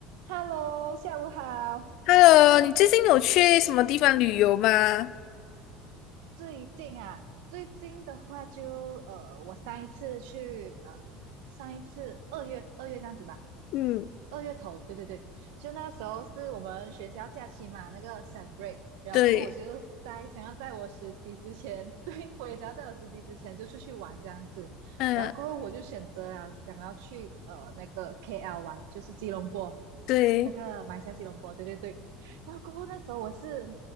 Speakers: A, on the right; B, on the left.
A: Hello，下午好。
B: Hello，你最近有去什么地方旅游吗？
A: 最近啊，最近的话就呃，我上一次去呃，上一次二月二月这样子吧，
B: 嗯
A: 二月头，对对对，就那时候是我们学校假期嘛，那个 s u m break，然后过后我就在想要在我实习之前，
B: 对，
A: <laughs> 对，我也想要在我实习之前就出去玩这样子，
B: 嗯，
A: 然后过后我就选择了想要去呃那个 KL 玩，就是吉隆坡。
B: 对，
A: 那个马来西亚吉隆坡，对对对。然后过后那时候我是